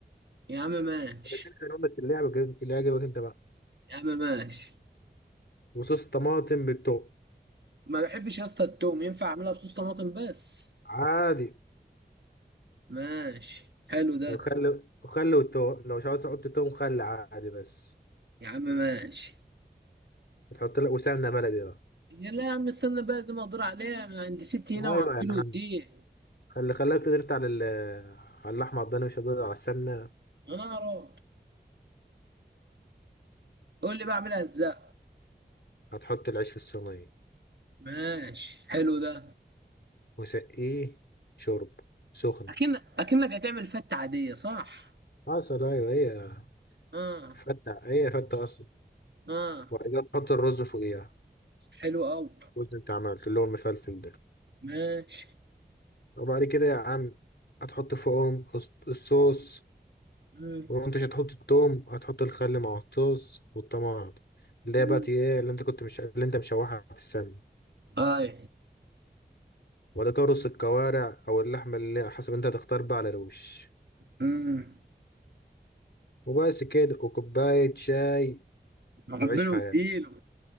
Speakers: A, on the right; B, on the left.
A: يا عم ماشي
B: الاتنين حلوين بس اللي عجبك اللي عجبك انت بقى
A: يا عم ماشي
B: وصوص طماطم بالتوم
A: ما بحبش يا اسطى التوم ينفع اعملها بصوص طماطم بس
B: عادي
A: ماشي حلو ده
B: وخل وخل والتوم لو مش عاوز تحط توم خل عادي بس
A: يا عم ماشي
B: تحط لك وسمنه بلدي بقى
A: يا لا يا عم استنى بقى دي مقدور عليها من عند ستي
B: ايوه
A: هنا وعبيله
B: يا عم
A: واديه
B: خلي خلاك تدرت على ال على اللحمه على الضاني مش هتقدر على السمنه
A: انا اروح قول لي بقى اعملها ازاي
B: هتحط العيش في الصينيه
A: ماشي حلو ده
B: وسقيه شرب سخن
A: اكن اكنك هتعمل فتة عادية صح
B: حصل ايوه هي
A: اه
B: فته هي فته اصلا
A: اه
B: وبعد كده تحط الرز فوقيها
A: حلو قوي
B: الرز انت عملت اللي هو المفلفل ده
A: ماشي
B: وبعد كده يا عم هتحط فوقهم الص- الصوص
A: امم
B: ولو انت مش هتحط التوم هتحط الخل مع الصوص والطماطم اللي
A: امم
B: هي بقى ايه اللي انت كنت مش اللي انت مشوحها في السمن
A: اي
B: وبعد كده رص الكوارع او اللحمه اللي حسب انت هتختار بقى على الوش
A: امم
B: وبس كده وكوبايه شاي
A: عبيله
B: وعيش حياتك
A: واديله